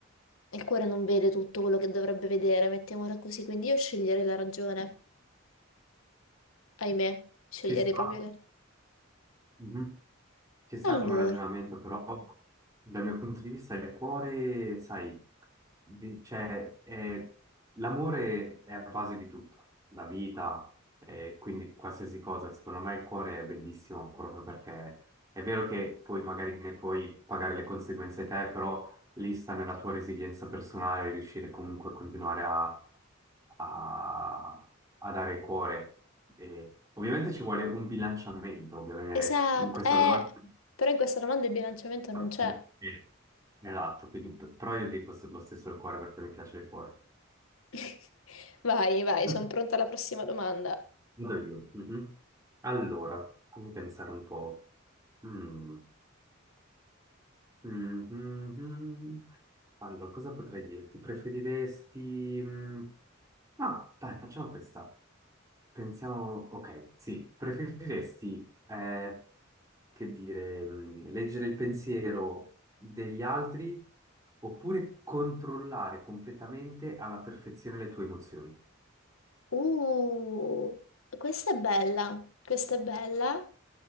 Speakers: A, on the left; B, on the right.
A: il cuore non vede tutto quello che dovrebbe vedere, mettiamola così. Quindi io sceglierei la ragione. Ahimè, sceglierei
B: Ci sta.
A: proprio la...
B: Mhm. Ci sta
A: Allora,
B: come ragionamento, però dal mio punto di vista il cuore, sai, di- cioè, è- l'amore è la base di tutto, la vita, eh, quindi qualsiasi cosa. Secondo me il cuore è bellissimo proprio perché è vero che poi magari ne puoi pagare le conseguenze te, però lì sta nella tua resilienza personale riuscire comunque a continuare a, a- a dare cuore. E ovviamente ci vuole un bilanciamento, ovviamente
A: esatto,
B: in questa
A: eh,
B: domanda.
A: però in questa domanda il bilanciamento
B: No,
A: non c'è.
B: sì, Esatto, quindi, per- però io dico lo stesso il cuore perché mi piace il cuore.
A: <laughs> Vai, vai,
B: Mm.
A: sono pronta alla prossima domanda.
B: Vado io. Mhm. Allora, fammi pensare un po'. Mm. Mhm. Allora, cosa potrei dirti? Preferiresti... mm, Ah, dai, facciamo questa. Pensiamo... Ok, sì. Preferiresti eh, che dire, mh, leggere il pensiero degli altri oppure controllare completamente alla perfezione le tue emozioni.
A: Uh, questa è bella, questa è bella.